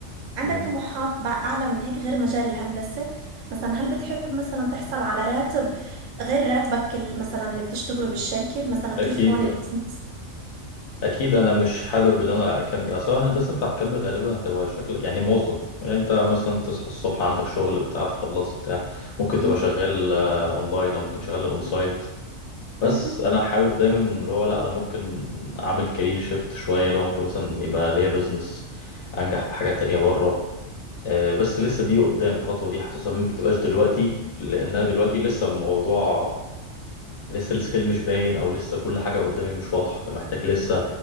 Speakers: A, on the right; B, on the left.
A: عندك
B: مم،
A: طموحات بع- أعلى من هيك غير مجال الهندسة مثلا هل بتحب مثلا تحصل على راتب غير راتبك ال- مثلا اللي بتشتغله بالشركة مثلا كيف
B: اكيد
A: هون البزنس
B: اكيد انا مش حابب ان انا اكمل اصل الهندسه انت هتكمل غالبا هتبقى شكل يعني موظف يعني انت مثلا تصحى الصبح عندك شغل بتاع تخلص بتاع ممكن تبقى
A: مهم.
B: شغال آه، اونلاين او ممكن شغال اون سايت بس
A: أها
B: انا حابب دايما اللي هو لا انا ممكن اعمل كارير شيفت شويه لو ممكن مثلا يبقى ليا بزنس انجح في حاجه تانية بره آه، بس لسه دي قدام الخطوه دي حاسسها ما بتبقاش دلوقتي لانها دلوقتي لسه الموضوع لسه السكيل مش باين او لسه كل حاجه قدامي مش واضحه محتاج لسه